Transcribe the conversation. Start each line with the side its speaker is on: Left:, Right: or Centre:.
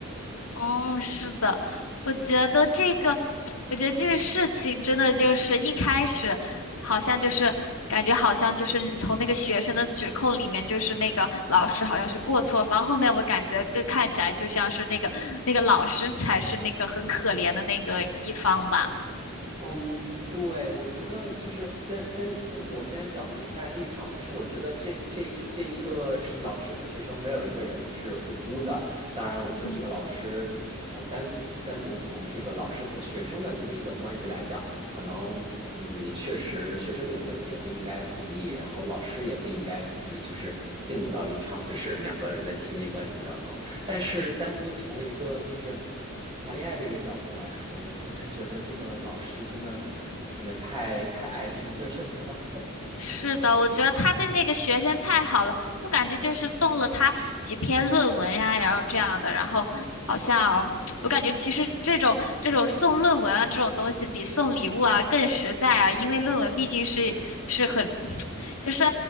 Left: 哦，是的，我觉得这个，我觉得这个事情真的就是一开始，好像就是感觉好像就是从那个学生的指控里面，就是那个老师好像是过错方，后面我感觉更看起来就像是那个那个老师才是那个很可怜的那个一方吧。
Right: 嗯，对，我觉得就是先先我我先表明一下立场，就是我觉得这这这一个是老师和学生没有一个人是无辜的。当然，我觉得这个老师从单单独从这个老师和学生的这么一个关系来讲，
Left: 嗯
Right: 可能嗯，你确实学生也不也不应该同意，然后老师也不应该同意，就是进入到一场就是两个人的亲密关系当中。但是单独从一个就是谈恋爱的一个角度来说，我真的觉得这个老师真的真的太太爱这个学生了。
Left: 是的，我觉得他对那个学生太好了，就感觉就是送了他几篇论文呀，然后这样的，然后好像 <tsk> 我感觉其实这种这种送论文啊这种东西比送礼物啊更实在啊，因为论文毕竟是是很 <tsk> 就是